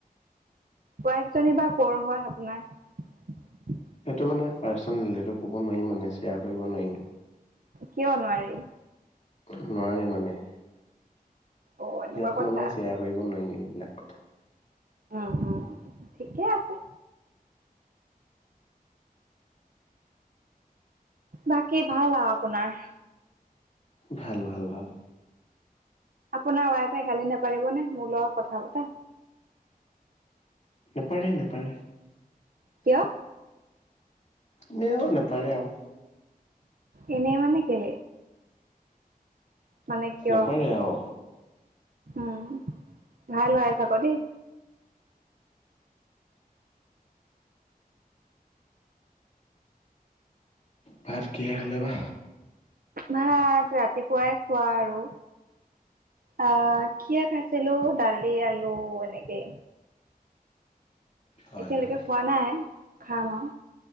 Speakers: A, on the right (about 70°); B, on the left (about 50°).
A: ৱাইফপজনী বা কৰ হয় আপোনাৰ?
B: সেইটো মানে পাৰ্চনেল সেইটো কব নোৱাৰিম মানে শ্বেয়াৰ কৰিব নোৱাৰি।
A: কিয় নোৱাৰি?
B: নোৱাৰাৰি মানে।
A: অ এনেকুৱা
B: ইয়াত
A: কথা
B: মানে চেয়াৰ কৰিব নোৱাৰি। বিনা কথা
A: উম উম ঠিকে আছে। বাকী ভাল আও আপোনাৰ?
B: ভাল ভাল ভাল
A: আপোনাৰ ৱাইফে গালি নোপাৰিবনে মোৰ লগৰ কথা পতা
B: নেপাৰে নেপাৰে।
A: কিয়?
B: ইনেও নাপাৰে আও।
A: এনেই মানে কেলে? মানে কিয়
B: নেপাৰেআও।
A: উম ভাল ওৱাইফ আক দেই।
B: ভাত কিহে খালে বা?
A: ভাত ৰাতিপুৱাই খোৱা আৰু আহ কিহে খাইছিলো দালি, আলু এনেকে।
B: হয়
A: এতিয়া
B: হয়
A: লেকে খোৱা নাই। <unintelligible> খাম আও।